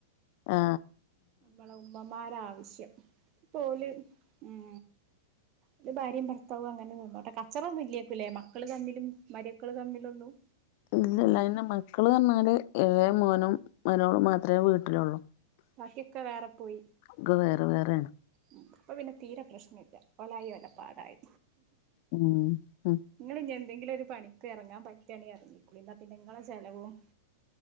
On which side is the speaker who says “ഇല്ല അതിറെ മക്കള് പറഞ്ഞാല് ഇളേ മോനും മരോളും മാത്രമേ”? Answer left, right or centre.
Left